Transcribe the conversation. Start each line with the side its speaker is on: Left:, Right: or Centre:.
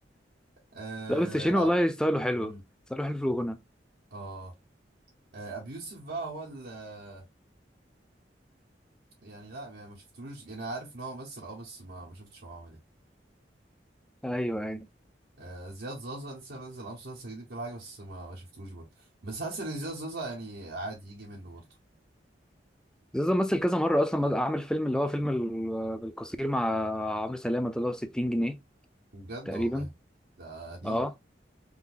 Right: اه
Centre: <laughs> لا بس شيرين والله
Right: أب-
Centre: ستايله حلو
Right: مم،
Centre: ستايله حلو في الغنى
Right: آه. آه، ابي يوسف بقى هو ال آه، يعني لا يعني ما شفتلوش يعني عارف ان هو ممثل اه بس ما ما شفتش هو عامل ايه
Centre: ايوه ايوه
Right: آه، زياد زازا لسه منزل امس مسلسل جديد كل حاجه بس ما ما شفتوش برضه بس حاسس ان زياد زازا يعني عادي يجي منه برضه
Centre: زيزو مثل كذا مره اصلا عامل فيلم اللي هو فيلم ال- بالقصير مع عمرو سلامه طلع 60 جنيه
Right: بجد
Centre: تقريبا
Right: والله ده قديم
Centre: اه